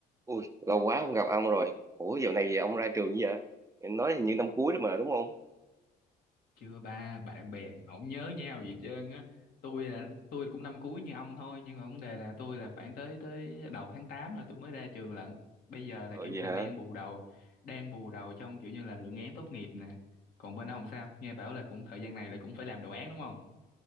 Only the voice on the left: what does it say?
chưa ba bạn bè không nhớ nhau gì hết trơn á tôi là tôi cũng năm cuối như ông thôi nhưng mà vấn đề là tôi là khoảng tới tới đầu tháng 8 là tôi mới ra trường lận bây giờ là
kiểu như
là
đang bù đầu đang bù đầu trong kiểu như là luận án tốt nghiệp nè còn bên ông sao nghe bảo là cũng thời gian này là cũng phải làm đồ án đúng không